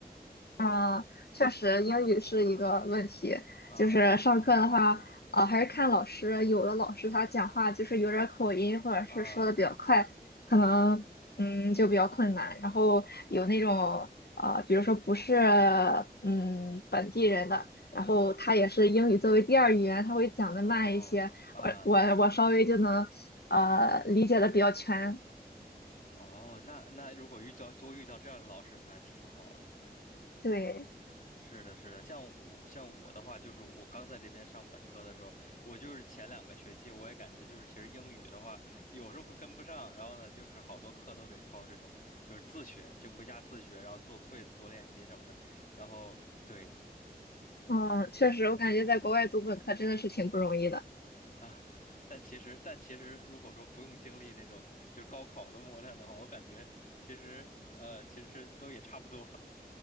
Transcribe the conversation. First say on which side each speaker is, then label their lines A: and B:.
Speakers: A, on the left; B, on the left.
A: 啊，确实，英语是一个问题。
B: 啊
A: 就是上课的话，啊，还是看老师。有的老师他讲话就是有点儿口音，或者是说的比较快，
B: 啊
A: 可能嗯就比较困难。然后有那种啊，比如说不是嗯本地人的，然后他也是英语作为第二语言，他会讲的慢一些，
B: 哦啊
A: 我我我稍微就能呃理解的比较全。
B: 哦，那那如果遇到多遇到这样的老师，就还挺好的。
A: 对，
B: 是的，是的，像我像我的话，就是我刚在这边上本科的时候，我就是前两个学期，我也感觉就是其实英语的话，有时候会跟不上，然后呢，就是好多课都得靠这种就是自学，就回家自学，然后做 quiz 做练习什么的，然后对
A: 嗯，确实，我感觉在国外读本科真的是挺不容易的。
B: 啊，<laughs> 但其实但其实如果说不用经历那种就是高考的磨难的话，我感觉其实呃其实都也差不多，